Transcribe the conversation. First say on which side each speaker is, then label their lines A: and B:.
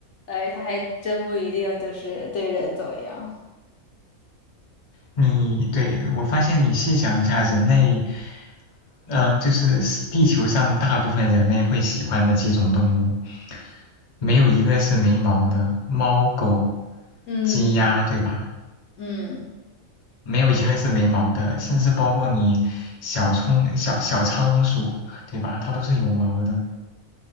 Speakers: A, on the left; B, on the left.
A: 哎，他还真不一定就是对人怎么样。
B: 你对我发现你细想一下，人类，嗯、就是是地球上大部分人类会喜欢的几种动物，没有一个是没毛的，猫、狗、
A: 嗯
B: 鸡、鸭，对吧？
A: 嗯，
B: 没有一个是没毛的，甚至包括你小葱、小小仓鼠，对吧？它都是有毛的。